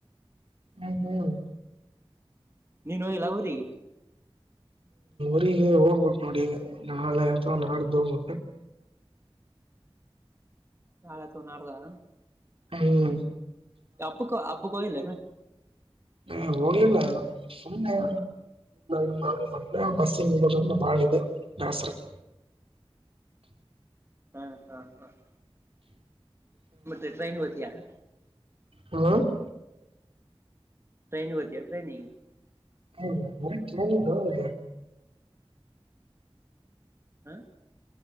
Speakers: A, on the right; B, on the right.
A: ಹ್ಮ ಹ್ಮ್ <inaudible>
B: ನೀನು ಹೋಗಲ್ಲ ಊರಿ <inaudible>
A: ನೋಡಿಗೆ ಹೋಗ್ಬಿಟ್ಟು ನೋಡಿ ನಾಳೆ ಅಥವಾ ನಾಡ್ದು ಹೋಗಬೆ <inaudible>
B: ನಾಳೆ ತ ನಾದಾ <inaudible>
A: ಹ್ಮ್
B: ಅಪ್ಪ ಅಬ ಕ ಹಲ್ಲನು <inaudible>
A: ಹ ಹೋಗ್ಲಿಲ್ಲ <inaudible> ಸೊಮ್ಮೆಳ ಮೆ ಬಸ್ಸ ಹಡ ಬಾಳ ಇಿದೆ ದಾಸರ <inaudible> <inaudible>
B: ಹಾ ಹಾ ಹಾ <inaudible> ಮತ್ತೆ ಟ್ರನ್ ಗತಿಯಾ <inaudible>
A: ಹಾ <inaudible>
B: ್ರೇನ ವತ ್ರೇನ ಇಿಗೆ <inaudible>
A: ಹ್ಮ್ರ <inaudible>
B: ಹ <inaudible> <inaudible>